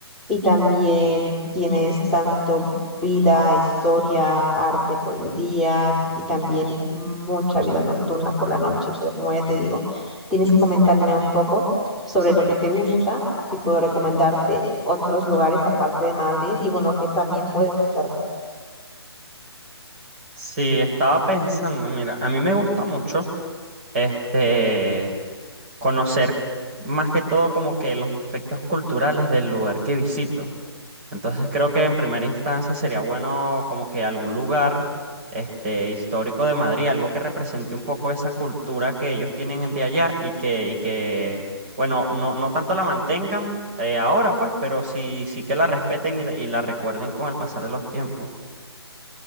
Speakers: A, in the centre; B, on the right.
A: Y también tienes tanto vida, historia, arte por el día y también mucha vida nocturna por la noche. Pero como ya te digo, tienes que comentarme un poco sobre lo que te gusta, así puedo recomendarte otros lugares aparte de Madrid y bueno, que también puedes visitar aquí.
B: Sí, estaba pensando, mira, a mí me gusta mucho. este, conocer más que todo como que los aspectos culturales del lugar que visito. Entonces creo que en primera instancia sería bueno como que algún lugar este, histórico de Madrid, algo que represente un poco esa cultura que ellos tienen en- de allá y que, y que bueno, no, no tanto la mantengan eh, ahora pues, pero sí, sí que la respeten y la, y la recuerden con el pasar de los tiempos.